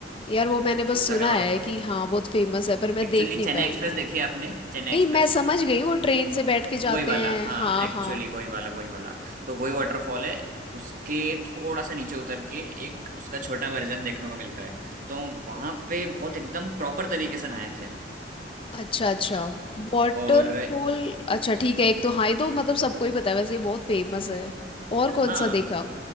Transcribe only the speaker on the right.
Dudhsagar
waterfall
Actually
Chennai
Express देखी है आपने चेन्नई
एक्सप्रेस
वही वाला
हाँ
एक्चुअली
वही वाला वही वाला तो वही वाटरफॉल है उसके थोड़ा सा नीचे उतर के एक उसका छोटा वर्जन देखने को मिलता है तो वहां पे बहुत एकदम प्रॉपर तरीके से नहाए थे
और
हाँ